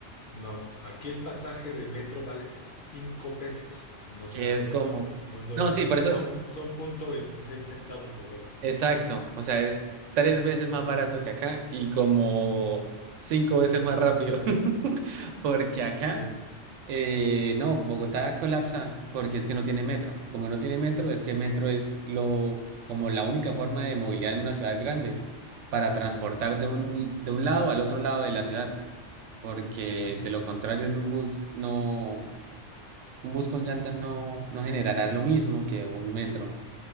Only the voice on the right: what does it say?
Que es
como.
No, sí, por eso.
Exacto. O sea, es tres veces más barato que acá y como cinco veces más rápido. <laughs> Porque acá
Eh, no, Bogotá colapsa porque es que no tiene metro. Como no tiene metro, es que metro es lo, como la única forma de movilidad en una ciudad grande para transportar de un, de un lado al otro lado de la ciudad, porque de lo contrario en un bus no, un bus con llantas no, no generará lo mismo que un metro